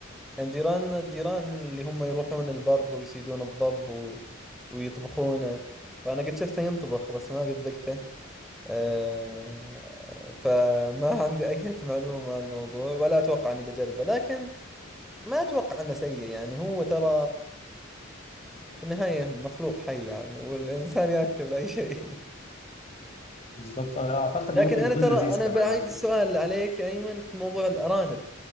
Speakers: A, in the centre; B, on the left.
A: كان جيراننا جيران اللي هم يروحون البر ويصيدون الضب و... ويطبخونه ف- فانا قد شفته ينطبخ بس ما قد ذقته أه... فما عندي اي <laughs> معلومة عن الموضوع ولا اتوقع اني بجربه لكن ما اتوقع انه سيء يعني هو ترى في النهاية مخلوق حي يعني والانسان ياكل اي شيء
B: بالظبط أنا أعتقد
A: <laughs> لكن
B: إنه ممكن
A: انا
B: يكون
A: ترى
B: لذيذ
A: انا
B: كمان
A: بعيد
B: على فكرة
A: السؤال عليك يا ايمن في موضوع الارانب